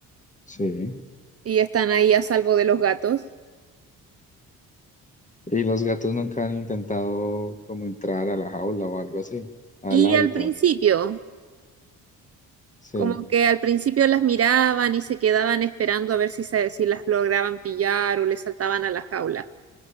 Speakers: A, on the left; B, on the right.
A: sí.
B: y están ahí a salvo de los gatos.
A: Y los gatos nunca han intentado como entrar a la jaula o algo así, al
B: Y
A: hábitat.
B: al principio.
A: Sí,
B: Como que al principio las miraban y se quedaban esperando a ver si, se- si las lograban pillar o les saltaban a la jaula.